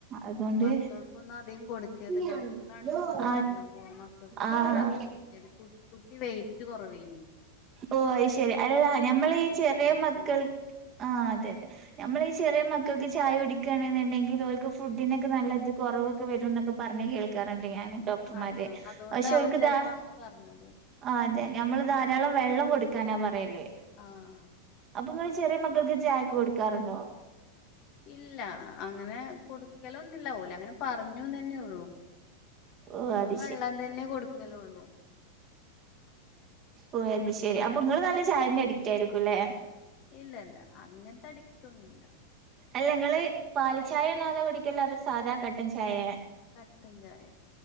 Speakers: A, on the right; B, on the left.
A: അതുകൊണ്ട്
B: മക്കൾക്കൊന്നും അധികം കൊടുക്കരുത്
A: ആഹ്
B: ഡോക്ടറെ കാണിച്ചപ്പ അതാ പറഞ്ഞത് മക്ക ഒന്നും
A: ആഹ്
B: വല്ലാതെ കൊടുക്കരുത് കു കുട്ടി വെയിറ്റ് കൊറ വെയ്നി
A: ഓഹ് അയ് ശെരി അല്ല ഞമ്മളീ
B: കൊടുക്കരുത്
A: ചെറിയ മക്കൾ ആഹ് അതെ അതെ ഞമ്മള് ഈ ചെറിയ മക്കൾക്ക് ചായ കുടിക്കാണ് നിണ്ടെങ്കില് ഓൾക്ക് ഫുഡിന്റെക്കെ നല്ലത് കൊറവ് ക്ക് വരും എന്നൊക്കെ പറഞ്ഞെ കേൾക്കാറിണ്ട് ഞാൻ ഡോക്ടർമാര്
B: ആഹ് അതുകൊണ്ടാവും
A: പക്ഷെ ഓൽക്ക്
B: ചെലപ്പോ
A: ഇതാ
B: അങ്ങനെ പറഞ്ഞത്
A: ആഹ് അതെ ഞമ്മള് ധാരാളം വെള്ളം കൊട്ക്കാനാ പറയല്
B: ആഹ്
A: അപ്പം ഇങ്ങള് ചെറിയ മക്കൾക്ക് ചായൊക്കെ കൊടുക്കാറുണ്ടോ
B: ഇല്ലാ അങ്ങനെ കൊടുക്കലൊന്നുല്ല ഓലങ്ങനെ പറഞ്ഞു നന്നേ ഒള്ളു
A: ഓ
B: ഞാൻ
A: അത്
B: വെള്ളം തന്നെ കൊട്ക്കലോള്ളൂ
A: ഓഹ് അത് ശെരി അപ്പം ഇങ്ങള് നല്ല ചായന്റെ അഡിക്റ്റ് ആയിരിക്കുംല്ലെ
B: ഇല്ല ഇല്ല അങ്ങൻത്തെ അഡിക്റ്റൊന്നുല്ല
A: അല്ല ഇങ്ങള് പാൽ ചായാണോ അതൊ കുടിക്കല് അതൊ സാദാ കട്ടൻ ചായെ
B: കട്ടൻ ചായ